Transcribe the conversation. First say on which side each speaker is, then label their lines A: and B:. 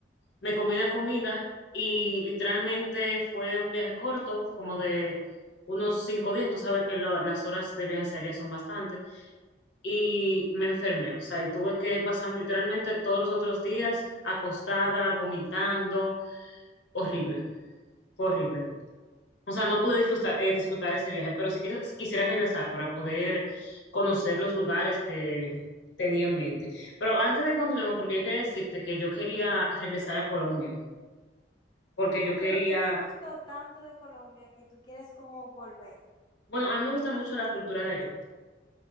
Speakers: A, on the left; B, on the left.
A: me comí una comida y literalmente fue un viaje corto, como de unos cinco días. Tú sabes que lo- las horas de viaje hacia allá son bastantes. Y me enfermé, o sea, y tuve que pasarme literalmente todos los otros días acostada, vomitando, horrible, fue horrible. O sea, no pude disfrutar, eh, disfrutar ese viaje, pero sí quiero- quisiera regresar para poder conocer los lugares que tenía en mente. Pero antes de que continuemos, porque yo quería decirte que yo quería regresar a Colombia, porque yo quería,
B: Pero ¿qué te gustó tanto de Colombia que tú quieres como volver?
A: bueno, a mí me gusta mucho la cultura de allá.